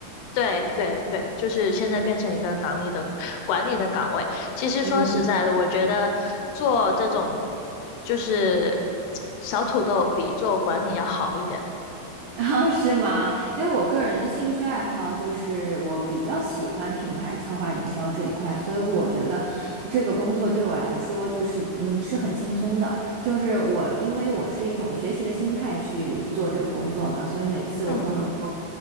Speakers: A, on the left; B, on the right.
A: 对对对，就是现在变成一个港里的管理的岗位。其实说实在的，
B: 嗯。
A: 我觉得做这种就是小土豆比做管理要好一点。
B: <laughs> 然后是吗？因为我个人的兴趣爱好就是我比较喜欢品牌策划营销这一块，所以我觉得这个工作对我来说就是嗯是很轻松的，就是我因为我是一种学习的心态去做这个工作嘛，所以每次我都能够
A: 嗯，